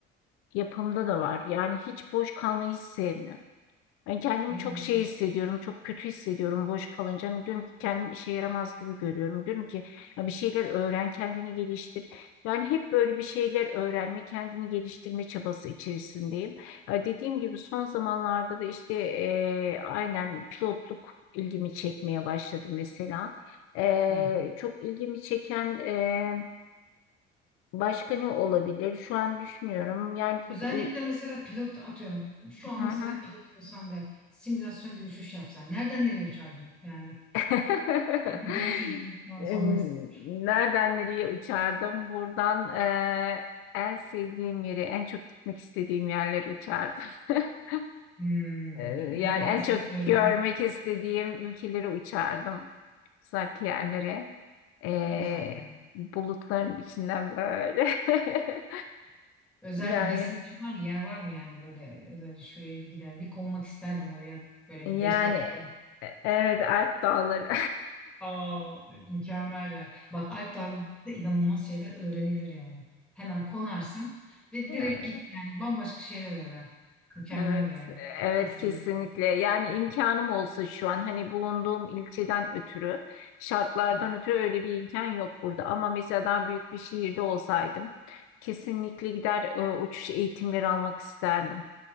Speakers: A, on the left; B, in the centre.
A: e, yapımda da var. Yani hiç boş kalmayı hiç sevmiyorum. Ben kendimi
B: Değil
A: çok
B: mi?
A: şey hissediyorum, çok kötü hissediyorum boş kalınca. Hani diyorum ki kendim işe yaramaz gibi görüyorum. Diyorum ki ya bir şeyler öğren, kendini geliştir. Yani hep böyle bir şeyler öğrenme, kendini geliştirme çabası içerisindeyim. Ya dediğim gibi son zamanlarda da işte eee, aynen pilotluk ilgimi çekmeye başladı mesela. Eee,
B: Hı hı.
A: çok ilgimi çeken eee, başka ne olabilir? Şu an düşünüyorum. Yani çok
B: Özellikle
A: il...
B: mesela pilot atıyorum. Şu an
A: Hı
B: mesela
A: hı.
B: pilot olsan ve simülasyon bir uçuş yapsan nereden nereye uçardın? Yani
A: <laughs>
B: <laughs> kötü bir şey değil. Şu an
A: Em,
B: sormak istedim.
A: Nereden nereye uçardım? Buradan eee, en sevdiğim yeri, en çok gitmek istediğim yerleri uçardım. <laughs>
B: Hmm,
A: Eee, yani
B: bir tanesini
A: en çok
B: söylesen
A: görmek istediğim ülkeleri uçardım. Uzak yerlere. Eee,
B: uzak yani.
A: bulutların içinden böyle. <laughs>
B: Özel
A: Yani
B: bir destinasyon var mı? Yer var mı yani böyle özellikle şuraya bir gider. Bir konmak isterdim oraya böyle
A: yani
B: bir beş dakika.
A: e- evet Alp dağları.
B: <laughs> Aa, mükemmel ya. Bak Alp Dağları'nda inanılmaz şeyler öğrenilir yani. Hemen konarsın ve
A: <laughs>
B: direkt git
A: <laughs>
B: yani bambaşka şeyler öğren. Mükemmel
A: Evet,
B: bir yer.
A: evet
B: Kesinlikle.
A: kesinlikle. Yani imkanım olsa şu an hani bulunduğum ilçeden ötürü, şartlardan
B: Hı,
A: ötürü öyle bir imkan yok burada. Ama mesela daha büyük bir şehirde olsaydım kesinlikle gider e, uçuş eğitimleri almak isterdim.